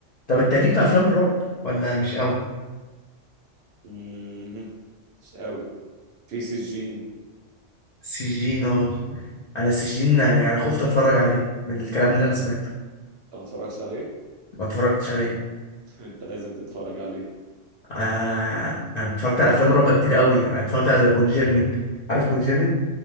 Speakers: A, on the left; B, on the right.
A: طب أنت ليك في أفلام الرعب ولا مش قوي؟
B: مم، مش قوي في سجين انت
A: سجين اه أنا سجين يعني أنا خفت أتفرج عليه من الكلام اللي أنا سمعته
B: ما اتفرجش عليه
A: ما اتفرجتش عليه
B: <laughs> انت لازم تتفرج عليه
A: آه انا اتفرجت على افلام رعب كتير قوي أنا اتفرجت على ذا كونجيرنينج عارف كونجيرنينج